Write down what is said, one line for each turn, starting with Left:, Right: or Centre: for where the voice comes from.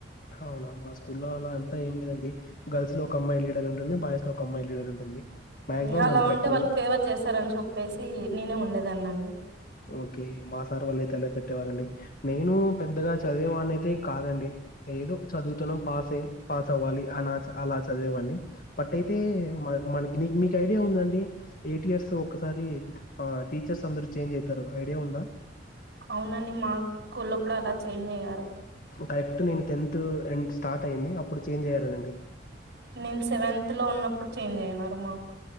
Left: అవునా మా స్కూలో అలా అంత ఏం లేదాండ్ గర్ల్స్ లో ఒక అమ్మాయి లీడర్ ఉంటుంది. బాయ్స్ లో ఒక అమ్మాయి లీడర్ ఉంటుంది.
Right: ఉమ్
Left: మాక్సిమం
Right: అలా
Left: నన్ను
Right: ఉంటే
Left: పెట్టరు.
Right: వాళ్ళకి ఫేవర్ చేస్తారని చోప్పేసి. నేనే ఉండేధన్నండి.
Left: ఓకే మా సార్ వాళ్ళ అయితే అలా పెట్టేవారండి. నేను పెద్దగా చదివేవాన్నీ అయితే కాదండి, ఏదో చదువుతున్నాం పాసే పాస్ అవ్వాలి. అనా చ్ అలా చదివేవాడ్ని. పట్ అయితే మా మనకి నీ మీకు ఐడియా ఉందండి. ఎయిట్ ఇయర్స్ ఒకసారి ఆ టీచర్స్ అందరు. చ్ చేంజ్ అయితారు. ఐడియా ఉందా?
Right: అవునండి. మా కుల్లో కూడా అలా చేంజ్ అయ్యారూ
Left: కర్క్ట్ నేను టెన్త్ ఎండ్ స్టార్ట్ అయ్యింది. అప్పుడు చేంజ్ అయ్యారరాండి.
Right: నేను సెవెన్త్ లో ఉన్నప్పుడు. చేంజ్ అయ్యనారు మాకు.